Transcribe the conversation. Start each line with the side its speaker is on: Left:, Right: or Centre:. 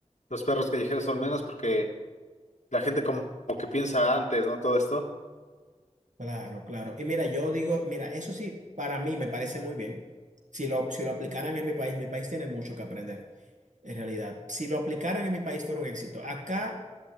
Left: los perros callejeros son menos porque la gente como, como que piensa antes, ¿no? Todo esto.
Right: Claro, claro. Y mira, yo digo, mira, eso sí, para mí me parece muy bien. Si lo, si lo aplicaran en mi país, mi país tiene mucho que aprender, en realidad. Si lo aplicaran en mi país fuera un éxito. Acá.